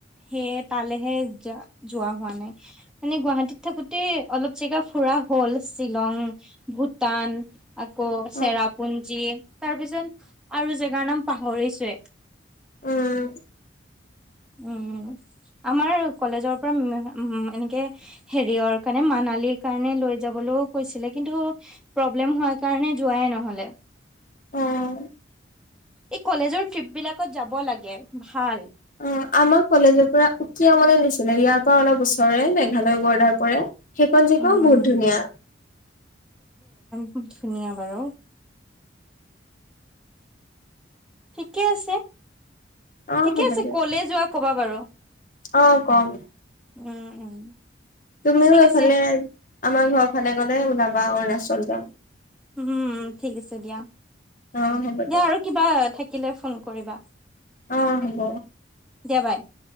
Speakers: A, in the centre; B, on the left.
A: সেয়ে তালেহে যা যোৱা হোৱা নাই মানে গুৱাহাটীত থাকোতে অলপ জেগা ফুৰা হল শ্বিলং, ভূটান। আকৌ চেৰাপুঞ্জী
B: অ
A: তাৰপিছত আৰু জেগাৰ নাম পাহৰিছোৱে।
B: উম
A: উম আমাৰ কলেজৰ পৰা এনেকে হেৰিয়ৰ কাৰণে মানালিৰ কাৰণে লৈ যাবলৈও কৈছিলে কিন্তু প্ৰব্লেম হোৱাৰ কাৰণে যোৱাই নহলে।
B: অহ
A: এই কলেজৰ ট্ৰিপ বিলাকত যাব লাগে ভাল।
B: অ আমাক কলেজৰ পৰা উকিয় মলৈ নিছিলে ইয়াৰ পৰা অলপ ওচৰে মেঘালয় বৰ্ডাৰ পৰা সেইখন জেগাও
A: উম
B: বহুত ধুনীয়া
A: খুব ধুনীয়া বাৰু ঠিকে আছে
B: অ
A: ঠিকে
B: হ'ব
A: আছে
B: দিয়ক
A: কলে যোৱা কবা বাৰু
B: অ কম
A: উম উম
B: তুমিও
A: ঠিক
B: এইফালে
A: আছে
B: আমাৰ ঘৰ ফালে গ'লে ওলাবা অৰুণাচল যাম
A: উম ঠিক আছে দিয়া
B: অ হ'ব
A: দে
B: দিয়ক
A: আৰু কিবা থাক থাকিলে ফোন কৰিবা
B: অ হব
A: দিয়া বাই